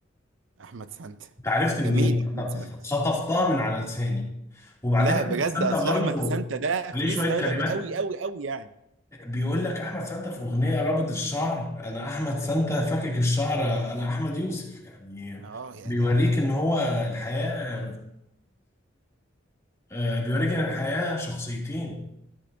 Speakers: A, on the right (about 80°); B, on the left (about 15°).
A: احمد سانتا
B: أنت عرفت منين؟
A: جميل احمد سانتا
B: خطفتها من على لساني وبعدين
A: لا
B: أحمد
A: بجد
B: سانت
A: اصل
B: برضه
A: احمد سانتا ده
B: عليه
A: فري
B: شوية
A: ستايلر
B: كلمات
A: قوي قوي قوي يعني
B: بيقول لك احمد سانتا في اغنيه رابط الشعر انا احمد سانتا فاكك الشعر انا احمد يوسف يعني
A: اه يعني
B: بيوريك ان هو الحياه آه، بيوريك ان الحياه شخصيتين